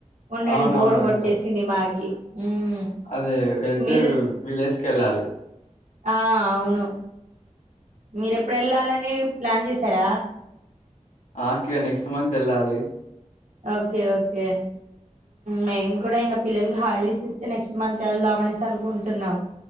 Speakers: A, on the right; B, on the left.
A: ఉండెండి
B: అవునవునక్క
A: బోర్ కొట్టేసింది మాకి ఉమ్
B: అదే వెళ్తే
A: మీరు
B: విలేజ్ కెళ్ళాలి
A: ఆ అవును మీరెప్పుడు వెళ్ళాలని ప్లాన్ చేసార
B: ఆ అక్కయ నెక్స్ట్ మంత్ వెళ్ళాలి
A: ఓకె ఓకే మేము కూడ ఇంకా పిల్లలకి హాలిడేస్ ఇస్తే నెక్స్ట్ మంత్ వెళ్దాం అనేసి అనుకుంటున్నాం